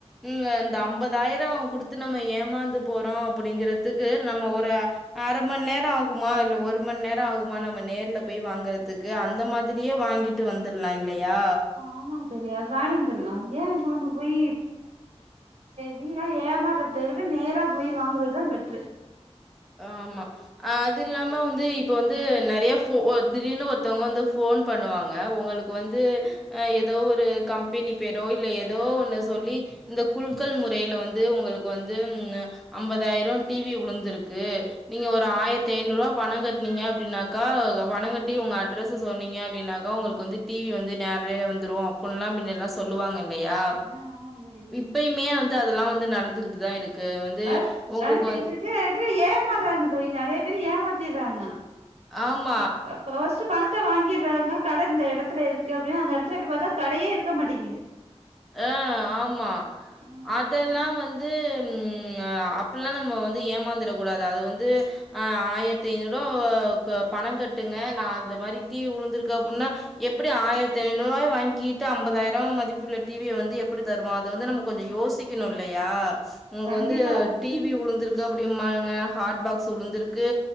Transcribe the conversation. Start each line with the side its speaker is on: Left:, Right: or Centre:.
Centre: ம் அ இந்த ஐம்பதாயிரோ குடுத்து நம்ம ஏமாந்து போறோ அப்படிங்கறதுக்கு நம்ம ஒரு அ அரை மணிநேரோ ஆகு சும்மா இல்ல ஒரு மணி நேரோ ஆகுமா நம்ம நேர்ல போய் வாங்கறதுக்கு அந்த மாதிரியே வாங்கிட்டு ங்கிட்டு வந்துடலாம் இல்லையா
Right: ஆமா தோழி அது வாய்ன்ட்டு வந்துரலாம் ஏன் உடம்பு போய் வீணா ஏமாறத விட நேரா போய் வாங்குறதுதான் பெட்ரு
Centre: ஆமா அது இல்லாம வந்து இப்ப வந்து நிறைய ஃபோ திடீர்னு ஒருத்தவங்க வந்து ஃபோ ஃபோன் பண்ணுவாங்க உங்களுக்கு வந்து ஏதோ ஒரு கம்பெனி பேரோ இல்லை ஏதோ ஒன்னு சொல்லி இந்த குழுக்கல் முறையில வந்து உங்களுக்கு வந்து ஐம்பதாயிரோ டி வி வி உழுந்திருக்கு இருக்கு நீங்க ஒரு ஆயிரத்து ஐநூறு ரூவா பணம் கட்டினீங்க அப்படின்னாக்கா பணங்கட்டி உங்க அட்ரஸ் சொன்னீங்க அப்படின்னாக்கா உங்களுக்கு வந்து டி வி வந்து நேரல வந்துரு அப்புடின்னுல்லா முன்னல்லா சொல்லுவாங்க இல்லையா
Right: ஆ ஆமாங்க தோழி
Centre: இப்பையுமே வந்து அதெல்லாம் வந்து நடந்துகிட்டு தான் இருக்கு வந்து
Right: நட
Centre: உங்களுக்கு
Right: நடந்துகிட்டு
Centre: வ
Right: இருக்கு நேரத்துல ஏமாறாங்க தோழி நிறைய பேரு ஏமாத்திடுறாங்க
Centre: ஆமா
Right: ஃபர்ஸ்ட் பணத்தை வாங்கிடுறாங்க கடை இந்த இடத்துல இருக்கு அப்படின்னு அந்த இடத்துல போய் பாத்தா கடையே இருக்க மாட்டேங்கு
Centre: ஆ ஆமா
Right: ஆ
Centre: அதெல்லா வந்து ம் அப்பில்லா நம்ம வந்து ஏமாந்துரக் கூடாது அது வந்து அ ஆயிரத்தி ஐநூறுவா அ கோ பணங் கட்டுங்க நா அந்த மாரி தடி வி உழுந்துருக்கு அப்புன்னா எப்புடி ஆயிரத்தி ஐநூரூவாய வாங்கிட்டு ஐம்பதாயிரோ மதிப்புள் டி விய வந்து எப்புடி தருவா அது வந்து நம்ம கொஞ்ச யோசிக்கணு இல்லையா உமக்கு
Right: கண்டிப்பா
Centre: வந்து டி வி உழுந்துருக்கு அப்டிம்பானுங்க ஹாட் பாக்ஸ் உழுந்துருக்கு